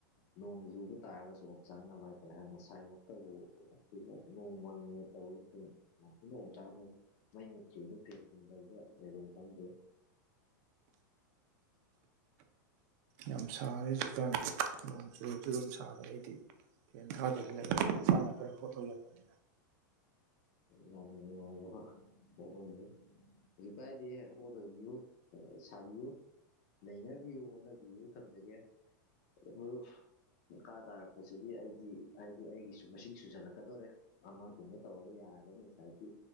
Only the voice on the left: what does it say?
ꯅꯣꯡ ꯆꯨꯕ ꯇꯥꯔꯒꯁꯨ ꯑꯣꯝꯆꯥꯡꯅꯕ ꯍꯥꯏꯇꯥꯔꯦ ꯉꯁꯥꯏꯃꯛꯇꯕꯨꯅ ꯅꯣꯡꯃꯥꯡꯉꯦ ꯇꯧꯔꯁꯨ ꯌꯥꯝ ꯊꯤꯅ ꯑꯣꯝꯆꯥꯡꯅꯩ ꯃꯩ ꯃꯨꯠꯇꯈꯤꯕꯗ ꯐꯦꯟ ꯂꯩꯗ ꯂꯩꯐꯝ ꯈꯪꯗꯦ
ꯌꯥꯝꯅ ꯅꯨꯡꯉꯥꯏꯕ ꯃꯅꯤ <inaudible> ꯔꯤꯄꯥꯏꯗꯤ ꯍꯣꯠ ꯑꯣꯏꯕꯤꯌꯨ ꯁꯥꯕꯤꯌꯨ ꯅꯩꯅꯕꯤꯌꯨ ꯍꯣꯠꯅꯕꯤꯌꯨ ꯊꯝꯖꯒꯦ ꯃꯗꯨꯨ꯫ ꯃꯈꯥ ꯇꯥꯔꯛꯄꯁꯤꯗꯤ ꯑꯩꯗꯤ ꯍꯥꯏꯗꯤ ꯑꯩꯒꯤꯁꯨ ꯃꯁꯤꯡ ꯁꯨꯖꯜꯂꯛꯀꯗꯣꯔꯦ ꯑꯃ__ ꯀꯒꯨꯝꯕ ꯇꯧꯔꯒ ꯌꯥꯔꯒꯅꯤ ꯉꯁꯥꯏꯒꯤ